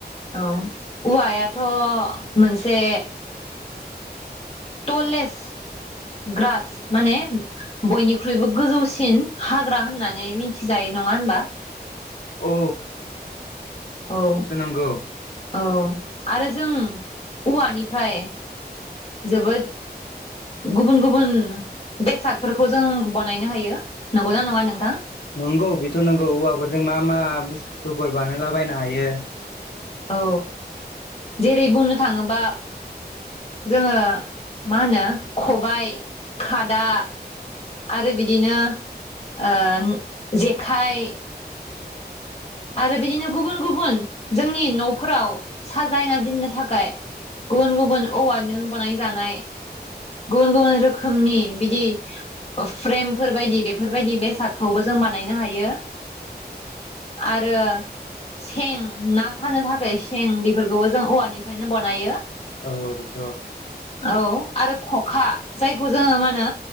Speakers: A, on the left; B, on the left.
A: औ औवायाथ' मोनसे टलेस ग्रास माने बयनिख्रुइबो गोजौसिन हाग्रा होननानै मिथिजायो नङा होनबा
B: औ
A: औ
B: नोंगौ।
A: औ आरो जों औवानिफ्राय जोबोद गुबुन गुबुन बेसादफोरखौ जों बानायनो हायो नंगौना नङा नोंथां?
B: नंगौ बेथ' नंगौ औवाफोरजों मा मा बुस्थुफोर बानला बनो हायो।
A: औ जेरै बुंनो थाङोबा जोङो मा होनो खबायाइ खादा आरो बिदिनो ओ जेखाइ आरो बिदिनो गुबुन गुबुन जोंनि न'फोराव साजायना दोननो थाखाय गुबुन गुबुन औवाजों गनायजानाय गुबुन गुबुन रोखोमनि बिदि फ्रेमफोर बायदि बेफोरबायदि बेसादखौबो जों बानायनो हायो आरो सें ना सानो थाखाय सें बेफोरखौबो जों औवानिफ्रायनो बानायो।
B: औ बिद'
A: औ आरो खखा जायखौ जोङो मा होनो